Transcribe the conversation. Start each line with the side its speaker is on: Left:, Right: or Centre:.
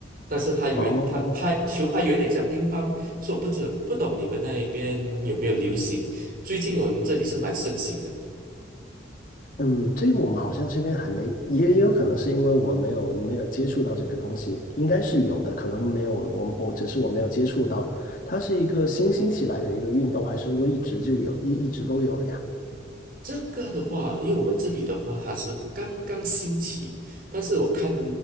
Right: 但是它有一它的拍球拍有一点像乒乓，
Left: 哦，
Right: 所以我不知不懂你们那一边有没有流行。最近我们这里是蛮盛行的。
Left: 嗯，这个我们好像这边还没，也也有可能是因为我没有没有接触到这个东西，应该是有的，可能没有，我我只是我没有接触到，它是一个新兴起来的一个运动，还是说一直就有，一一直都有的呀？
Right: 这个的话，因为我们这里的话，它是刚刚兴起，但是我看，